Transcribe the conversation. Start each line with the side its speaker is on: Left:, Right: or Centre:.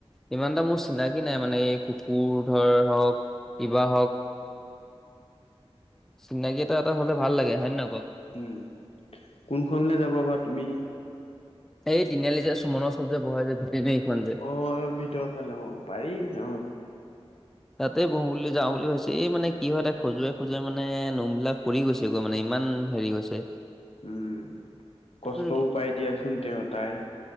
Centre: ইমান এটা মোৰ চিনাকি নাই মানে এই কুকুৰ ধৰ হৱক, কিবা হৱক চিনাকি এটা এটা হ'লে ভাল লাগে। হয় নে ন
Left: উম, কোন খনলে যাবা বা তুমি?
Centre: এই তিনিআলি যে চুমনৰ ওচৰত যে বহে যে ভিটেনেৰী খন যে
Left: অ অ, ভিতৰৰ ফালে অ পাৰি অ।
Centre: তাতে বহো বুলি যাওঁ বুলি ভাবিছোঁ। এই মানে কি হয় তাই খজুৱাই খজুৱাই মানে নোম বিলাক সৰি গৈছ ছেগৈ মানে ইমান হেৰী হৈছে।
Left: উম, কষ্টও
Centre: উম
Left: পায় দিয়া চোন তেওঁ তাই।